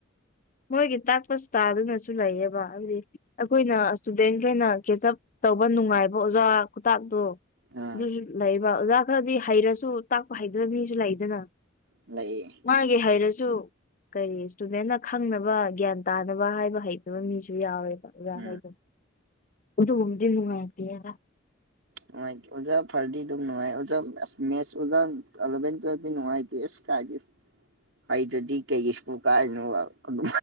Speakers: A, on the left; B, on the right.
A: ꯃꯣꯏꯒꯤ ꯇꯥꯛꯄ ꯁꯇꯥꯢꯜꯗꯨꯅꯁꯨ ꯂꯩꯌꯦꯕ ꯍꯥꯏꯕꯗꯤ ꯑꯩꯈꯣꯏꯅ ꯏꯁꯇꯨꯗꯦꯟꯈꯩꯅ ꯀꯦꯆꯞ ꯇꯧꯕ ꯅꯨꯡꯉꯥꯏꯕ ꯑꯣꯖꯥ ꯈꯨꯇꯥꯛꯇꯣ
B: ꯑꯥ
A: ꯑꯗꯨꯁꯨ ꯂꯩꯕ ꯑꯣꯖꯥ ꯈꯔꯗꯤ ꯍꯩꯔꯁꯨ ꯇꯥꯛꯄ ꯍꯩꯗꯕ ꯃꯤꯁꯨ ꯂꯩꯗꯅ
B: ꯂꯩꯌꯦ
A: ꯃꯥꯒꯤ ꯍꯩꯔꯁꯨ ꯀꯔꯤ ꯁ꯭ꯇꯨꯗꯦꯟꯅ ꯈꯪꯅꯕ ꯒ꯭ꯌꯥꯟ ꯇꯥꯅꯕ ꯍꯥꯏꯕ ꯍꯩꯇꯕ ꯃꯤꯁꯨ ꯌꯥꯎꯋꯦꯕ ꯑꯣꯖꯥ
B: ꯎꯝ
A: ꯍꯣꯢꯗꯣ ꯎꯗꯨꯒꯨꯝꯗꯤ ꯅꯨꯡꯉꯥꯏꯇꯦꯗ
B: ꯅꯨꯡꯉꯥꯏꯇꯦ ꯑꯣꯖꯥ ꯐꯥꯔꯗꯤ ꯗꯨꯝ ꯅꯨꯡꯉꯥꯏ ꯑꯣꯖꯥ ꯑꯁ ꯃꯦꯠꯁ ꯑꯣꯖꯥ ꯑꯦꯂꯚꯦꯟ ꯇ꯭ꯋꯦꯜꯕꯇꯤ ꯅꯨꯡꯉꯥꯏꯇꯦ ꯏꯁ ꯀꯥꯢꯗꯩ ꯍꯩꯇꯗꯤ ꯀꯩꯒꯤ ꯁ꯭ꯀꯨꯜ ꯀꯥꯔꯤꯅꯣꯕ ꯑꯗꯨ